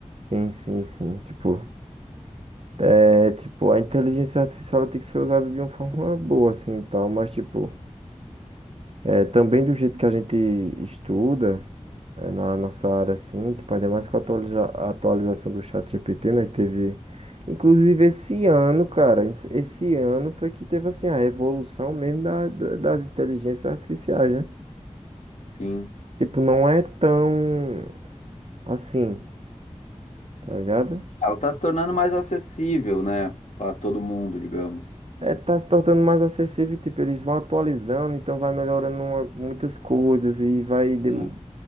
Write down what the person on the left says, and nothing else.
Sim.
Ela está se tornando mais acessível, né, para todo mundo, digamos.
Sim.